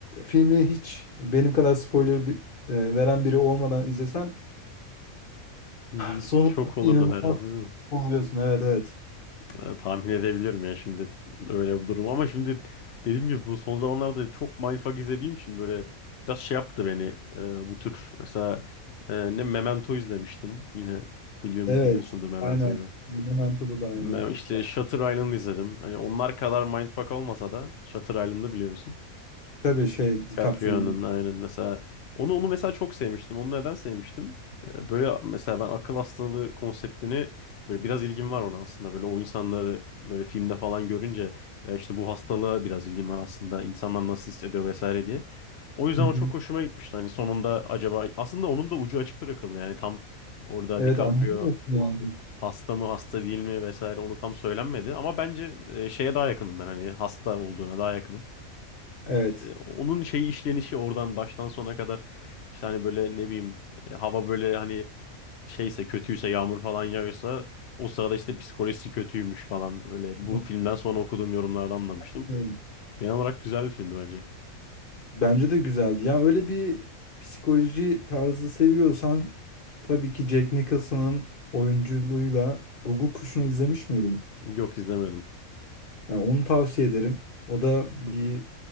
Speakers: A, on the left; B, on the left.
A: filmi hiç benim kadar spoiler bi- e, veren biri olmadan izlesen
B: Hı hı.
A: sonunda
B: Şok olurdum
A: inanılmaz
B: herhalde değil mi?
A: oluyorsun. Evet evet.
B: Yani tahmin edebilirim ya şimdi öyle bir durum ama şimdi dediğim gibi bu son zamanlarda çok mindfuck izlediğim için böyle biraz şey yaptı beni e, bu tür mesela e, ne Memento izlemiştim yine biliyorum
A: Evet.
B: biliyorsundur Memento'yu
A: Aynen.
B: da.
A: Momento'da da aynı
B: Me- işte
A: hikaye.
B: Shutter Island izledim. Hani onlar kadar mindfuck olmasa da Shutter Island'ı biliyor musun?
A: Tabii şey DiCaprio'nun.
B: Caprio'nun aynen mesela onu onu mesela çok sevmiştim. Onu neden sevmiştim? Ee, Böyle mesela ben akıl hastalığı konseptini böyle biraz ilgim var ona aslında. Böyle o insanları böyle filmde falan görünce e, işte bu hastalığa biraz ilgim var aslında. İnsanlar nasıl hissediyor vesaire diye. O yüzden
A: Hı hı.
B: o çok hoşuma gitmişti. Hani sonunda acaba aslında onun da ucu açık bırakıldı. Yani tam orada
A: Evet
B: DiCaprio
A: anladım. yani.
B: hasta mı hasta değil mi vesaire onu tam söylenmedi. Ama bence e, şeye daha yakınım ben hani hasta olduğuna daha yakınım.
A: Evet.
B: E, onun şey işlenişi oradan baştan sona kadar işte hani böyle ne bileyim e, hava böyle hani şeyse kötüyse yağmur falan yağıyorsa o sırada işte psikolojisi kötüymüş falan böyle bu
A: Evet.
B: filmden sonra okuduğum yorumlardan anlamıştım.
A: <laughs>
B: Genel olarak güzel bir filmdi bence.
A: Bence de güzeldi. Ya öyle bir psikoloji tarzı seviyorsan tabii ki Jack Nicholson'ın oyunculuğuyla Guguk Kuşu'nu izlemiş miydin?
B: Yok izlemedim.
A: Yani onu tavsiye ederim. O da bir
B: Hı hı,